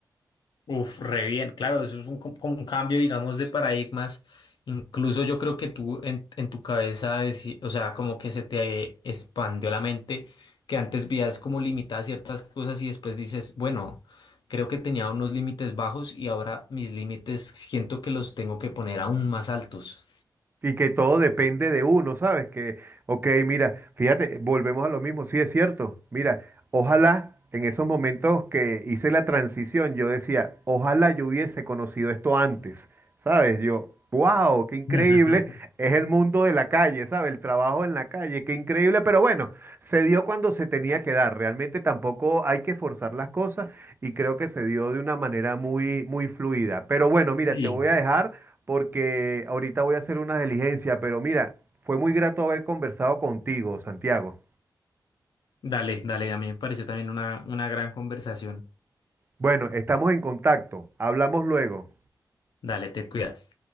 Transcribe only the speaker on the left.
Uf, re bien, claro, eso es un, com- como un cambio, digamos, de paradigmas. Incluso yo creo que tú en, en tu cabeza, deci- o sea, como que se te expandió la mente, que antes veías como limitadas ciertas cosas y después dices, bueno, creo que tenía unos límites bajos y ahora mis límites siento que los tengo que poner aún más altos.
<laughs>
Sí.
Dale, dale, a mí me pareció también una, una gran conversación.
Dale, te cuidas.